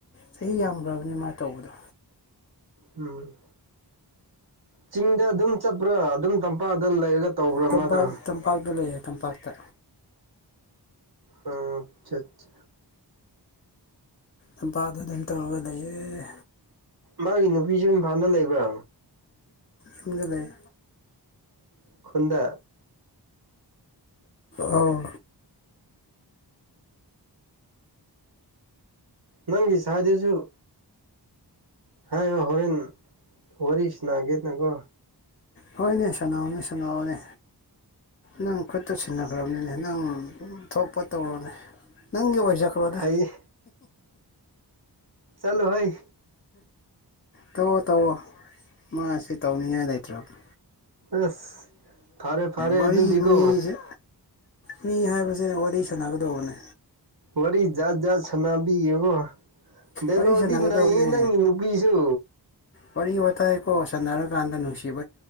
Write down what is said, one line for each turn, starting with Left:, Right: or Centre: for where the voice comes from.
Left: ꯆꯍꯤ ꯌꯥꯝꯈ꯭ꯔꯕꯅꯦ ꯃꯥ ꯇꯧꯕꯗꯣ
Right: ꯎꯝ ꯆꯤꯡꯗ ꯑꯗꯨꯝ ꯆꯠꯄ꯭ꯔꯥ ꯑꯗꯨꯝ ꯇꯝꯄꯥꯛꯗ ꯂꯩꯔꯒ ꯇꯧꯕ꯭ꯔꯥ
Left: ꯇꯝꯄꯥꯛ
Right: ꯃꯥꯗꯣ
Left: ꯇꯝꯄꯥꯛꯇ ꯂꯩꯌꯦ ꯇꯝꯄꯥꯛꯇ
Right: ꯑ ꯑꯆꯥ ꯑꯆꯥ
Left: ꯑꯝꯄꯥ ꯑꯗꯨ ꯑꯗꯨꯝ ꯇꯧꯔꯒ ꯂꯩꯌꯦ꯫
Right: ꯃꯥꯒꯤ ꯅꯨꯄꯤꯁꯨ ꯏꯝꯐꯥꯜꯗ ꯂꯩꯕ꯭ꯔ꯫
Left: ꯌꯨꯝꯗ ꯂꯩꯌꯦ꯫
Right: ꯈꯨꯨꯟꯗ꯫
Left: ꯑꯧ꯫
Right: ꯅꯪꯒꯤ ꯁꯥꯏꯗꯨꯁꯨ ꯍꯥꯏꯌꯣ ꯍꯣꯔꯦꯟ ꯋꯥꯔꯤꯁꯅꯒꯦꯗꯀꯣ꯫
Left: ꯍꯣꯏꯅꯦ ꯁꯥꯟꯅꯑꯣꯅꯦ ꯁꯥꯟꯅꯑꯣꯅꯦ ꯅꯪ ꯈꯨꯠꯇ ꯁꯤꯟꯅꯈ꯭ꯔꯕꯅꯤꯅꯦ ꯅꯪ꯫ ꯊꯣꯛꯄ ꯇꯧꯔꯣꯅꯦ ꯅꯪꯒꯤ ꯑꯣꯏꯖꯈ꯭ꯔꯣꯗ꯫
Right: ꯍꯩ ꯆꯂꯣꯍꯩ꯫
Left: ꯇꯧꯑꯣ ꯇꯧꯑꯣ ꯃꯥꯁꯨ ꯇꯧꯅꯤꯡꯉꯥꯏ ꯂꯩꯇ꯭ꯔꯝꯅꯤ꯫
Right: ꯑꯁ ꯐꯔꯦ ꯐꯔꯦ
Left: ꯋꯥꯔꯤ
Right: ꯑꯗꯨꯗꯤꯀꯣ꯫
Left: ꯃꯤꯁꯦ ꯃꯤ ꯍꯥꯏꯕꯁꯦ ꯋꯥꯔꯤ ꯁꯥꯟꯅꯒꯗꯧꯕꯅꯦ꯫
Right: ꯋꯥꯔꯤ ꯖꯥꯠ ꯖꯥꯠ ꯁꯅꯥꯕꯤꯌꯨꯔꯣ꯫ ꯗꯥꯏꯗꯣꯛꯇꯤ
Left: ꯋꯥꯔꯤ ꯁꯥꯟꯅꯒꯗꯧꯕꯅꯦ
Right: ꯅꯩꯌꯦ ꯅꯪꯒꯤ ꯅꯨꯄꯤꯁꯨ꯫
Left: ꯋꯥꯔꯤ ꯋꯥꯇꯥ ꯀꯣ ꯁꯥꯅꯔꯛꯟꯗ ꯅꯨꯡꯁꯤ